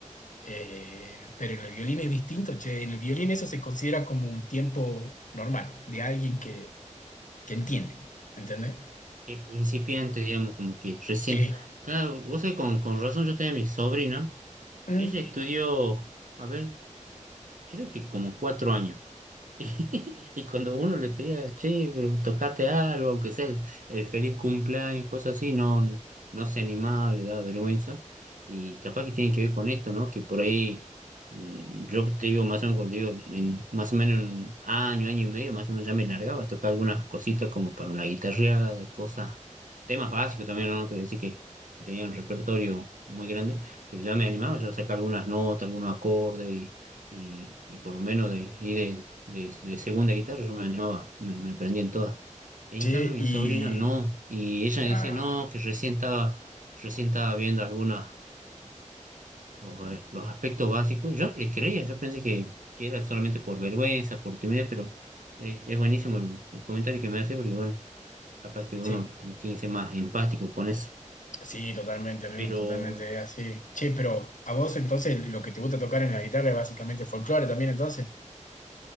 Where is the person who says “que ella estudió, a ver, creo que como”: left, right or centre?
Right